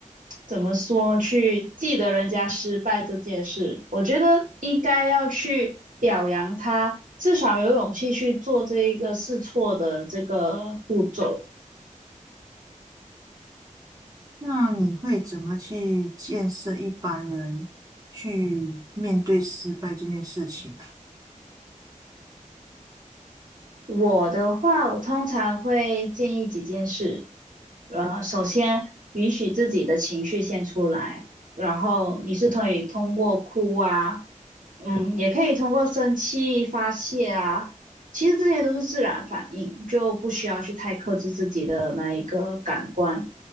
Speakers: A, on the right; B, on the right.
A: 怎么说，去记得人家失败这件事。我觉得应该要去表扬他，至少有勇气去做这一个试错的这个步骤。
B: 那你会怎么去建设一般人去面对失败这件事情啊？
A: 我的话，我通常会建议几件事。呃，首先允许自己的情绪先出来，然后你是可以通过哭啊，嗯，也可以通过生气发泄啊。其实这些都是自然反应，就不需要去太克制自己的那一个感官。